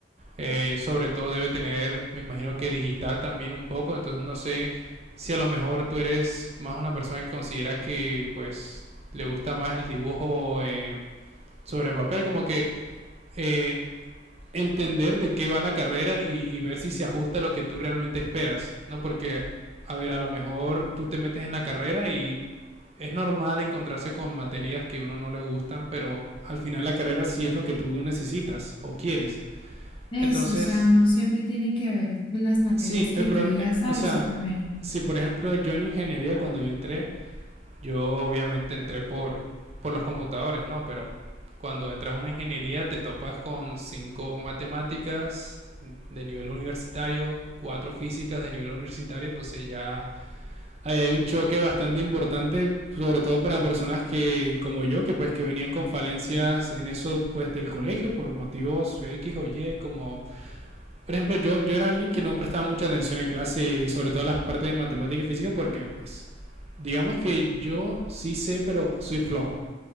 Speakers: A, on the right; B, on the left.
A: Eh, sobre todo debe tener, me imagino que digital también un poco, entonces no sé si a lo mejor tú eres más una persona que considera que pues le gusta más el dibujo eh, sobre el papel, como que eh, entender de qué va la carrera y, y ver si se ajusta a lo que tú realmente esperas, ¿no? Porque, a ver, a lo mejor tú te metes en la carrera y es normal encontrarse con materias que a uno no le gustan, pero al final la carrera sí es lo que tú necesitas o quieres.
B: Eso,
A: Entonces,
B: o sea, no siempre tiene que haber las materias
A: sí, el
B: que
A: pro-
B: tú digas,
A: eh,
B: ay,
A: o sea,
B: súper bien.
A: si por ejemplo yo en ingeniería cuando yo entré, yo obviamente entré por, por los computadores, ¿no? Pero cuando entras a una ingeniería te topas con cinco matemáticas de nivel universitario, cuatro físicas de nivel universitario, entonces ya Ahí hay un choque bastante importante, sobre todo para personas que, como yo, que pues que venían con falencias en eso pues del colegio por motivos X o Y, como por ejemplo yo, yo era alguien que no prestaba mucha atención en clase, sobre todo las partes de matemática y física, porque pues digamos que yo sí sé, pero soy flojo,